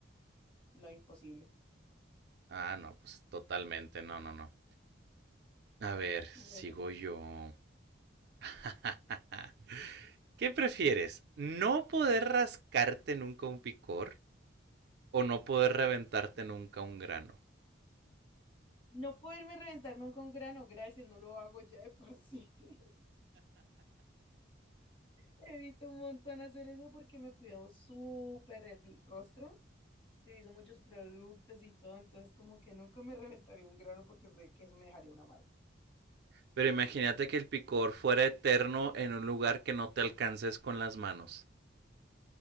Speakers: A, on the left; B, on the right.
A: No, imposible.
B: Ah, no, pues totalmente, no, no, no. A ver,
A: Bueno,
B: sigo yo. <laughs> ¿Qué prefieres? ¿No poder rascarte nunca un picor o no poder reventarte nunca un grano?
A: no poderme reventar nunca un grano, gracias, no lo hago ya de por sí. <laughs> Evito un montón hacer eso porque me cuido súper el rostro. Utilizo muchos productos y todo, entonces como que nunca me reventaría un grano porque sé que eso me dejaría una marca.
B: Pero imagínate que el picor fuera eterno en un lugar que no te alcances con las manos.